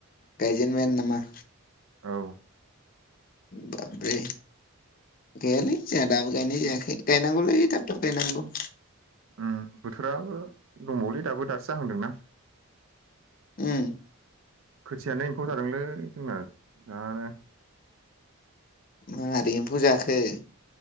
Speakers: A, on the left; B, on the right.
A: गायजेन बायानो नामा
B: औ
A: बाबरे गैयालै जोंहा दाबो गायनाय जायाखै गायनांगौलै थाब थाब गायनांगौ
B: ओं बोथोराबो दंबावोलै दाबो दासो जाहांदोंना
A: उम
B: खोथियानो एम्फौ जादोंलै। जोंना जानो
A: मारै एम्फौ जाखो